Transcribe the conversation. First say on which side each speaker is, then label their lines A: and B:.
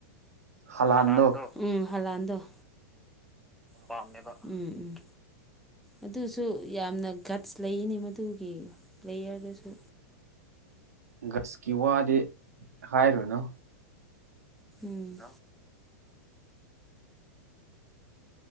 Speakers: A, on the right (about 80°); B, in the centre.
A: ꯍꯂꯥꯟꯗꯣ
B: ꯍꯜꯂꯥꯟꯗꯣ ꯎꯝ ꯍꯜꯂꯥꯟꯗꯣ ꯄꯥꯝꯃꯦꯕ ꯎꯝ ꯑꯗꯨꯁꯨ ꯌꯥꯝꯅ ꯒꯠꯁ ꯂꯩꯅꯤ ꯃꯗꯨꯒꯤ ꯄꯌꯔꯗꯁꯨ
A: ꯒꯁꯀꯤ ꯋꯥꯗꯤ ꯍꯥꯏꯔꯨꯅꯨ
B: ꯎꯝ